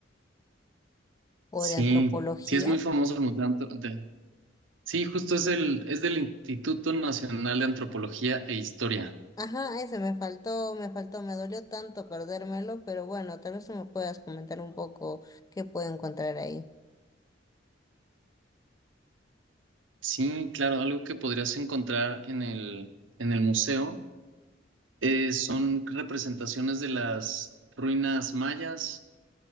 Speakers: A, on the left; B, on the right.
A: o
B: Sí,
A: de Antropología.
B: sí es muy famoso el Museo Anto- de- Sí, justo es el, es del Instituto Nacional de Antropología e Historia.
A: Ajá, ese me faltó, me faltó, me dolió tanto perdérmelo, pero bueno, tal vez tú me puedas comentar un poco qué puedo encontrar ahí.
B: Sí, claro, algo que podrías encontrar en el, en el museo eh, son representaciones de las ruinas mayas,